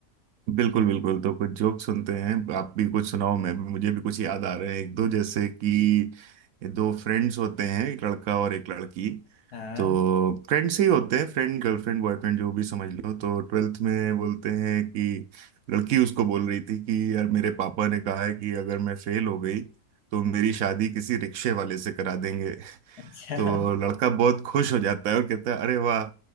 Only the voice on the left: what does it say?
हाँ
अच्छा
<laughs>